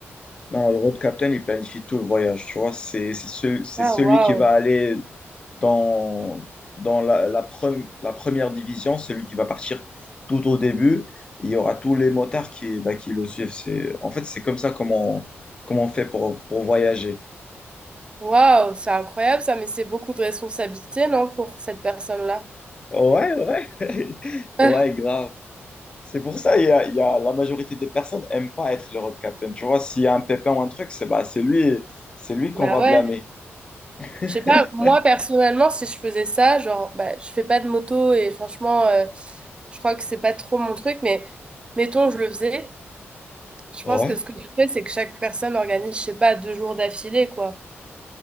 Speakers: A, on the left (about 20°); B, on the right (about 20°).
A: Non, le road captain, il planifie tout le voyage, tu vois, c'est c'est ce- c'est celui
B: Ah, waouh.
A: qui va aller dans, dans la, la, pre- la première division, celui qui va partir tout au début. Il y aura tous les motards qui, bah, qui le suivent. C'est, en fait, c'est comme ça comment on, comment on fait pour, pour voyager.
B: Waouh, c'est incroyable ça, mais c'est beaucoup de responsabilité, non, pour cette personne-là?
A: Ouais, ouais, <laughs>
B: Ah,
A: ouais, grave. C'est pour ça, il y a, il y a- la majorité des personnes n'aiment pas être le road captain. Tu vois, s'il y a un pépin ou un truc, c'est bah, c'est lui, c'est lui qu'on
B: bah
A: va
B: ouais.
A: blâmer. <laughs>
B: Je sais pas, moi personnellement, si je faisais ça, genre, bah, je fais pas de moto et franchement, euh, je crois que c'est pas trop mon truc, mais mettons, je le faisais. Je
A: Ouais.
B: pense que ce que je fais, c'est que chaque personne organise, je sais pas, deux jours d'affilée, quoi.